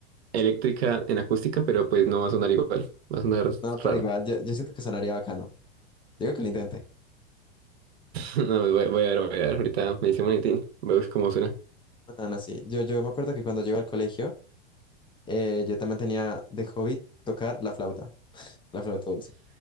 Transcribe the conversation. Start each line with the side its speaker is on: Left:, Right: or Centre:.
Right: eléctrica en acústica, pero pues no va a sonar igual, va a sonar
Left: No, pero
Right: raro.
Left: igual,
Right: <laughs>
Left: yo, yo siento que sonaría bacano. Yo Digo que lo intente.
Right: No, voy, a voy a ver, voy a ver, ahorita me dice un tin, veo cómo suena.
Left: Ah, no, no, sí. Yo, yo me acuerdo que cuando llego al colegio, Eh, yo también tenía de hobby tocar la flauta, la flauta dulce,